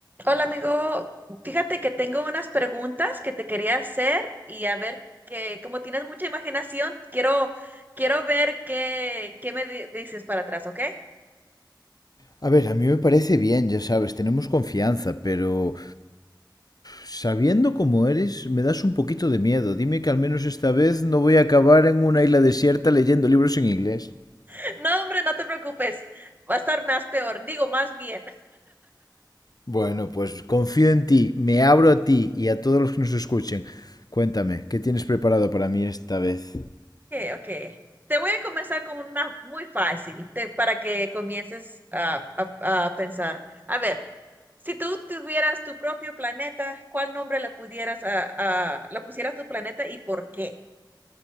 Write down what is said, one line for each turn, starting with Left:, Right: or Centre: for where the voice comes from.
Right: Hola amigo, fíjate que tengo unas preguntas que te quería hacer y a ver que como tienes mucha imaginación, quiero quiero ver qué, qué me di- dices para atrás, ¿ok?
Left: A ver, a mí me parece bien, ya sabes, tenemos confianza, pero sabiendo cómo eres, me das un poquito de miedo. Dime que al menos esta vez no voy a acabar en una isla desierta leyendo libros en inglés.
Right: <laughs> No, hombre, no te preocupes, va a estar más peor, digo más bien.
Left: Bueno, pues confío en ti, me abro a ti y a todos los que nos escuchen. Cuéntame, ¿qué tienes preparado para mí esta vez?
Right: <laughs> okay. ok. Te voy a comenzar con una muy fácil te- para que comiences a, a- a pensar. A ver, si tú tuvieras tu propio planeta, ¿cuál nombre le pudieras a, a- le pusieras a tu planeta y por qué?